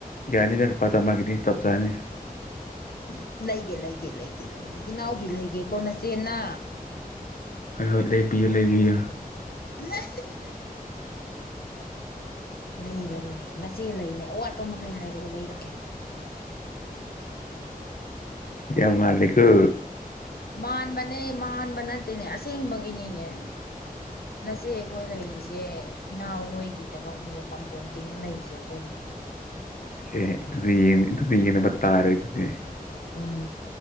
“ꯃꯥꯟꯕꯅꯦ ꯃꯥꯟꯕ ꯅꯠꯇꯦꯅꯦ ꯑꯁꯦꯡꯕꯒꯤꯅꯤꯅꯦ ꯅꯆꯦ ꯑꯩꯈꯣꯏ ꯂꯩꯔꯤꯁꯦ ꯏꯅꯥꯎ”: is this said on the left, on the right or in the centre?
Left